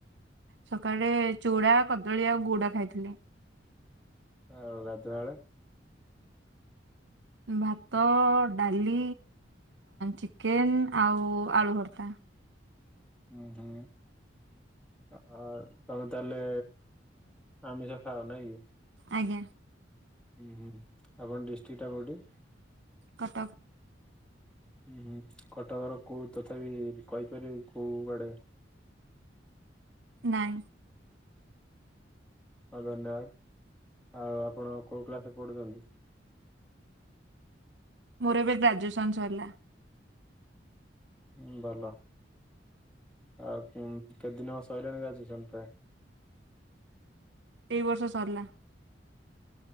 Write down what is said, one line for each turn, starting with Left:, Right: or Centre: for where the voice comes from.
Right: ସକାଳେ ଚୁଡା କଦଳୀ ଆଉ ଗୁଡ ଖାଇଥିଲି।
Centre: ଆଉ ଗାଧୁଆଳ।
Right: ଭାତ ଡାଲି ଚିକେନ ଆଉ ଆଳୁ ଭର୍ତା।
Centre: ହୁଁ ହୁଁ ଆ ତମେ ତାହେଲେ ଆମିଷ ହ ନହିକି
Right: ଆଜ୍ଞା
Centre: ଉଁ ହୁଁ ଆପଣ ଡିଷ୍ଟ୍ରିକ ଟା କୋଉଠି?
Right: କଟକ
Centre: ଉୁଁ ହୁଁ କଟକର କୋଉ ତଥାପି କହିପାରିବେ କୋଉ ଆଡେ?
Right: ନାଇଁ
Centre: ହଁ ଧନ୍ୟବାଦ ଆଉ ଆପଣ କଉ କ୍ଲାସ୍ ରେ ପଢ଼ୁଛନ୍ତି?
Right: ମୋର ଏବେ ଗ୍ରାଜୁଏସନ ସରିଲା।
Centre: ହଁ ଭଲ ଆଉ କେତେ ଦିନ ସରିଲଣି ଗ୍ରାଯୁଏସନ୍ ପ୍ରାୟ।
Right: ଏଇ ବର୍ଷ ସରିଲା।